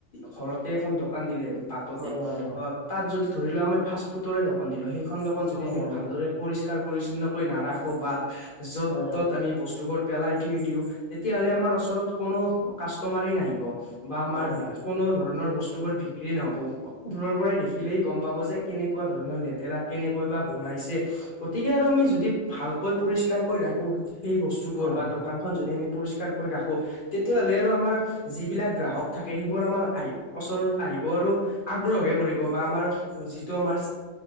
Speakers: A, on the left; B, on the right.
A: ঘৰতে এখন দোকান দিলে আৰু। বাটতে
B: হয় হয় হয় হয়
A: অ তাত যদি ধৰি লোৱা আমি ফাষ্ট-ফুডৰে দোকান দিলো সেইখন দোকান যদি
B: হয়
A: আমি
B: হয়
A: ভালদৰে পৰি ষ্কাৰ পৰিছন্ন কৈ কৰি নাৰাখো বা য'ত
B: হয় হয় হয়
A: ত'ত আমি বস্তুবোৰ। পেলাই থৈ দিও তেতিয়াহলে আমাৰ ওচৰত কোনো কাষ্টমাৰেই নাহিব। বা আমাৰ
B: হয় হয় হয় হয় হয়
A: কোনো ধৰণৰ বস্তু বোৰ বিক্ৰী নহব দূৰৰ পৰাই দেখিলেই গম পাব যে। কেনেকুৱা ধৰণৰ লেতেৰা কেনেকৈ বা বনাইছে গতিকে আৰু আমি যদি ভালকৈ পৰিষ্কাৰ কৈ ৰাখোঁ। সেই বস্তুবোৰ
B: হয়
A: বা
B: হয় হয়
A: দোকানখন যদি আমি। পৰিষ্কাৰ কৰি ৰাখোঁ তেতিয়াহ'লে আৰু আমাৰ যিবিলাক গ্ৰাহক থাকে সেইবোৰ আমাৰ। <unintelligible> ওচৰত আহিব আৰু। আগ্ৰহ হে কৰিব বা আমাৰ যিটো আমাৰ